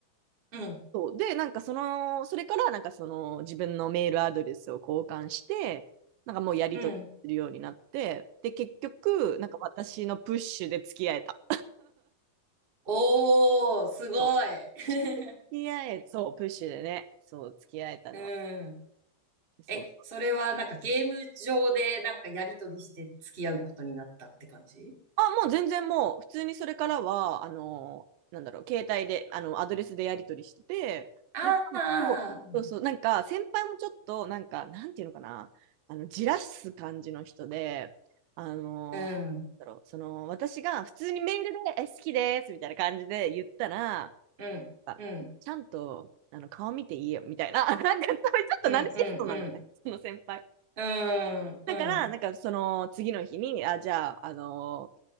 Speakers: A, on the right; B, on the right.
A: うん、
B: そう。で、なんかその、それからなんかその自分のメールアドレスを交換して、なんかもうやり取りするようになって、
A: うん。
B: で、結局、なんか私のプッシュで付き合えた。
A: おー、すごい。
B: そう。
A: <laughs>
B: 付き合え、そう、プッシュでね、そう、付き合えたのは。
A: うん。
B: そう。
A: え、それはなんかゲーム上でなんかやりとりして付き合うことになったって感じ
B: あ、もう全然もう、普通にそれからは、あの、なんだろう、携帯で、あの、アドレスでやり取りしてて、
A: ああ、
B: で、ちゃんと、そうそう、なんか、先輩もちょっと、なんか、なんていうのかな、あの、じらす感じの人で、あの、
A: うん、
B: なんだろう、その、私が普通にメールで、え、好きです、みたいな感じで言ったら、
A: うん、
B: あちゃんと、
A: うん、
B: あの、顔見て言えよ、みたいな、<laughs> なんか、そういうちょっとナルシストなのね、
A: うん、うん、うん、
B: その先輩。
A: うん、
B: だから、
A: うん、
B: なんかその次の日に、あ、じゃあ、あの